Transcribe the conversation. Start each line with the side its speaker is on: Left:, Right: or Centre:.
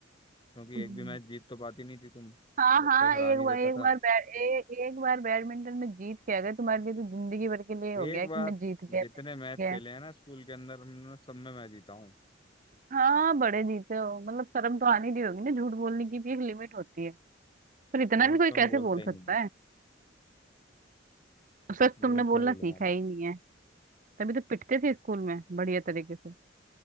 Left: क्योंकि
Right: <laughs> हम्म।
Left: एक भी मैच जीत तो पाती नहीं थी तुम
Right: हाँ
Left: जब
Right: हाँ
Left: तक हरा
Right: एक
Left: नहीं
Right: बार
Left: देता
Right: एक बार
Left: था
Right: बै, ए, एक बार बैडमिंटन में जीत के आ गए तुम्हारे लिए तो जिंदगी भर के लिए हो
Left: एक
Right: गया
Left: बार
Right: कि मैं जीत गया
Left: जितने
Right: मैं जीत
Left: मैच
Right: गया
Left: खेले हैं ना स्कूल के अंदर हमने सब में मैं जीता हूँ
Right: हाँ बड़े जीते हो मतलब शर्म तो आनी नहीं होगी ना झूठ बोलने की भी एक लिमिट होती है पर इतना
Left: झूठ
Right: भी कोई
Left: तो मैं
Right: कैसे
Left: बोलता
Right: बोल
Left: ही
Right: सकता
Left: नहीं
Right: है उस वक्त
Left: हूँ
Right: तुमने
Left: झूठ
Right: बोलना
Left: क्यों बोलूंगा
Right: सीखा ही नहीं है तभी तो पिटते थे स्कूल में बढ़िया तरीके से